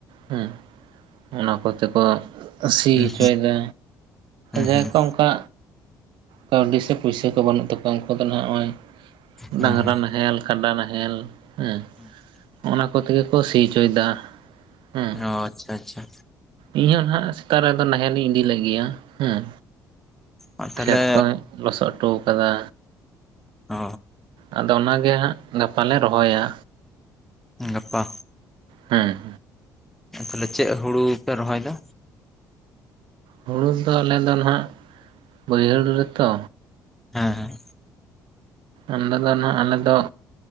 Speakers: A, on the right; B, in the centre.
A: ᱦᱩᱸ, ᱚᱱᱟ ᱠᱚᱛᱮ ᱠᱚ ᱥᱤ
B: ᱦᱩᱸ
A: ᱦᱚᱪᱚᱭᱮᱫᱟ
B: ᱦᱩᱸ
A: ᱡᱟᱦᱟᱸᱭ
B: ᱦᱩᱸ ᱦᱩᱸ ᱦᱩᱸ
A: ᱠᱚ ᱚᱱᱠᱟ ᱠᱟᱹᱣᱰᱤ ᱥᱮ ᱯᱩᱭᱥᱟᱹ ᱠᱚ ᱵᱟᱹᱱᱩᱜ ᱛᱟᱠᱚᱣᱟ ᱩᱱᱠᱩ ᱫᱚ ᱱᱟᱦᱟᱜ ᱱᱚᱜ-ᱚᱭ
B: ᱦᱩᱸ
A: ᱰᱟᱸᱝᱨᱟ
B: ᱦᱩᱸ
A: ᱱᱟᱦᱮᱞ ᱠᱟᱰᱟ ᱱᱟᱦᱮᱞ ᱦᱮᱸ
B: ᱦᱩᱸ
A: ᱚᱱᱟ ᱠᱚ ᱛᱮᱜᱮ ᱠᱚ ᱥᱤ ᱚᱪᱚᱭᱮᱫᱟ ᱦᱮᱸ
B: ᱚ ᱟᱪᱪᱷᱟ ᱟᱪᱪᱷᱟ
A: ᱤᱧᱦᱚᱸ ᱱᱟᱦᱟᱜ ᱥᱮᱛᱟᱜ ᱨᱮᱫᱚ ᱱᱟᱦᱮᱞ ᱤᱧ ᱤᱫᱤ ᱞᱟᱜᱤᱫ ᱟᱸ ᱦᱮᱸ
B: ᱚ ᱛᱟᱦᱞᱮ
A: ᱠᱷᱮᱛ ᱠᱚ ᱞᱚᱥᱚᱫ ᱚᱴᱚ ᱟᱠᱟᱫᱟ
B: ᱚ
A: ᱟᱫᱚ ᱚᱱᱟᱜᱮ ᱦᱟᱸᱜ ᱜᱟᱯᱟ ᱞᱮ ᱨᱚᱦᱚᱭᱟ
B: ᱜᱟᱯᱟ
A: ᱦᱮᱸ
B: ᱛᱟᱦᱚᱞᱮ ᱪᱮᱫ ᱦᱩᱲᱩ ᱯᱮ ᱨᱚᱦᱚᱭ ᱮᱫᱟ?
A: ᱦᱩᱲᱩ ᱫᱚ ᱟᱞᱮ ᱫᱚ ᱱᱟᱦᱟᱸᱜ ᱵᱟᱹᱭᱦᱟᱹᱲ ᱨᱮ ᱛᱚ
B: ᱦᱮᱸ ᱦᱮᱸ
A: ᱚᱸᱰᱮ ᱫᱚ ᱱᱟᱦᱟᱜ ᱟᱞᱮ ᱫᱚ